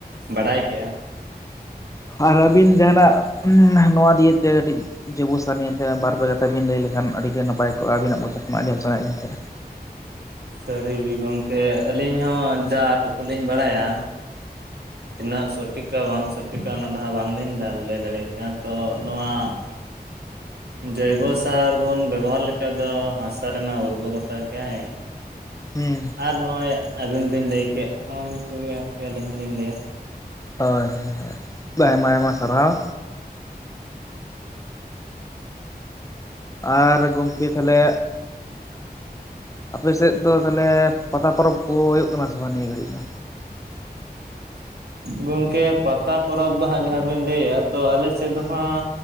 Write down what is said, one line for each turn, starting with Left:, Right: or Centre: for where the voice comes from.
Right: ᱵᱟᱰᱟᱭ ᱠᱮᱜ-ᱟ
Left: ᱟᱨ ᱟᱹᱵᱤᱱ ᱡᱟᱦᱟᱱᱟᱜ ᱱᱚᱣᱟ ᱫᱤᱭᱮᱛᱮ ᱠᱟᱹᱴᱤᱡ ᱡᱚᱭᱵᱳ ᱥᱟᱨ ᱱᱤᱭᱮᱛᱮ ᱵᱟᱨ ᱯᱮ ᱠᱟᱛᱷᱟ ᱵᱤᱱ ᱞᱟᱹᱭ ᱞᱮᱠᱷᱟᱱ ᱟᱹᱰᱤ ᱜᱮ ᱱᱟᱯᱟᱭ ᱠᱚᱜ ᱟᱹᱵᱤᱱᱟᱜ ᱢᱚᱪᱟ ᱠᱷᱚᱱ ᱟᱸᱡᱚᱢ ᱥᱟᱱᱟᱭᱮᱫ ᱞᱤᱧ ᱛᱟᱦᱮᱸᱱᱟ
Right: ᱥᱟᱹᱨᱤ ᱜᱮ ᱜᱚᱢᱠᱮ ᱟᱹᱞᱤᱧ ᱦᱚᱸ ᱡᱟ ᱴᱩᱠᱩ ᱞᱤᱧ ᱵᱟᱰᱟᱭᱟ ᱛᱤᱱᱟᱹᱜ ᱥᱚᱴᱷᱤᱠᱟ ᱵᱟᱝ ᱥᱚᱴᱷᱤᱠᱟ ᱚᱱᱟ ᱫᱚ ᱦᱟᱸᱜ ᱵᱟᱝᱞᱤᱧ ᱞᱟᱹᱭ ᱫᱟᱲᱮ ᱠᱮᱜ-ᱟ ᱛᱚ ᱱᱚᱣᱟ ᱦ ᱡᱚᱭᱵᱚ ᱥᱟᱨ ᱵᱚᱱ ᱵᱮᱵᱚᱦᱟᱨ ᱞᱮᱠᱷᱟᱡ ᱫᱚ ᱦᱟᱥᱟ ᱨᱮᱱᱟᱜ ᱩᱨᱵᱚᱠᱚᱨᱥᱚ ᱜᱮᱭᱟ <inaudible>
Left: ᱦᱮᱸ
Right: ᱟᱨ ᱱᱚᱜ-ᱚᱭ ᱟᱹᱵᱤᱱ ᱵᱤᱱ ᱞᱟᱹᱭ ᱠᱮᱫ ᱦᱚᱜ-ᱚᱭ ᱱᱤᱭᱟᱹ ᱠᱚᱜᱮ ᱟᱨᱠᱤ ᱟᱹᱞᱤᱧ ᱦᱚᱞᱤᱧ ᱞᱟᱹᱭᱟ
Left: ᱦᱚᱭ ᱟᱭᱢᱟ ᱟᱭᱢᱟ ᱥᱟᱨᱦᱟᱣ ᱟᱨ ᱜᱚᱝᱠᱮ ᱛᱟᱦᱞᱮ ᱟᱯᱮᱥᱮᱫ ᱫᱚ ᱛᱟᱦᱚᱞᱮ ᱯᱟᱛᱟ ᱯᱚᱨᱚᱵᱽ ᱠᱚ ᱦᱩᱭᱩᱜ ᱠᱟᱱᱟ ᱥᱮ ᱵᱟᱝ ᱱᱤᱭᱟᱹ ᱜᱷᱟᱹᱲᱤᱡ ᱫᱚ
Right: ᱜᱚᱢᱠᱮ ᱯᱟᱛᱟ ᱯᱚᱨᱚᱵᱽ ᱫᱚ ᱦᱟᱸᱜ ᱡᱟᱦᱟᱸ ᱵᱤᱱ ᱞᱟᱹᱭᱮᱜ ᱛᱚ ᱟᱞᱮ ᱥᱮᱫ ᱫᱚ
Left: ᱦᱩᱸ
Right: ᱦᱟᱸᱜ